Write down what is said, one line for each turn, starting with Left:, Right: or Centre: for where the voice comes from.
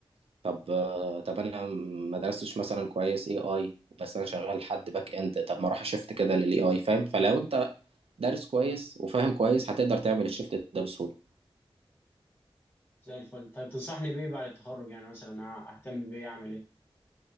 Right: طب آه، طب انا ما درستش مثلا كويس اي اي بس انا شغال حد باك اند طب ما اروح اشفت كده للاي اي فاهم فلو انت دارس كويس وفاهم كويس هتقدر تعمل الشفت ده بسهوله
Left: زي الفل طيب تنصحني بيه بعد التخرج يعني مثلا أه، اهتم بيه اعمل ايه